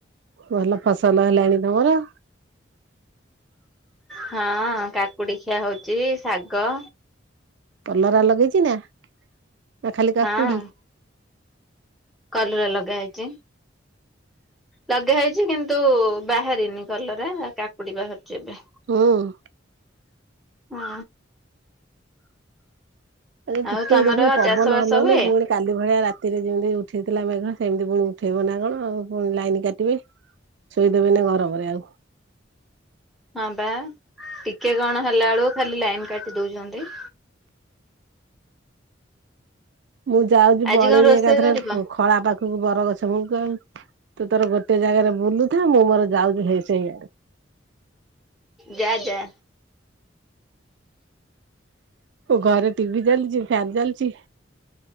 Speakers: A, on the right; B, in the centre.
A: ଭଲ ଫସଲ ହେଲାଣି ତମର
B: ହଁ କାକୁଡି ଖିଆ ହଉଛି ଶାଗ
A: କଲରା ଲଗେଇଚ ନା ନା ଖାଲି କାକୁଡି?
B: ହଁ କଲରା ଲଗାହେଇଛି। ଲଗେଇ ହେଇଛି କିନ୍ତୁ ବାହାରିନି କଲରା କାକୁଡି ବାହାରୁଛି ଏବେ।
A: ହୁଁ ହୁଁ।
B: ହଁ।
A: ଆରେ ଟିକେ
B: ଆଉ ତମର
A: ଦେଖୁନ ପବନ
B: ଚାଷ ବାସ
A: ହଲଉନି
B: ହୁଏ?
A: ପୁଣି କାଲି ଭଳିଆ ରାତିରେ ଯେମିତି ଉଠେଇଥିଲା ମେଘ ସେମିତି ପୁଣି ଉଠେଇବ ନା କଣଉ ପୁଣି ଲାଇନ କାଟିବେ। ଶୋଇଦେବେନି ଗରମରେ ଆଉ।
B: ହଁ ବା ଟିକେ କଣ ହେଲା ବେଳକୁ ଖାଲି ଲାଇନ କାଟି ଦଉଛନ୍ତି।
A: ମୁଁ ଯାଉଛି
B: ଆଜି
A: ପଳେଇବି
B: କଣ ରୋଷେଇ
A: ଏକାଥରେ
B: କରିବ?
A: ଖଳା ପାଖକୁ ବରଗଛ ମୁଁ ତୁ ତୋର ଗୋଟେ ଜାଗାରେ ବୁଲୁ। ମୁଁ ମୋର ଯାଉଛି ହେଇ ସେଇଆ
B: ଯା ଯା
A: ଘରେ ଟିଭି ଚାଲିଛି ଫ୍ୟାନ ଚାଲିଛି।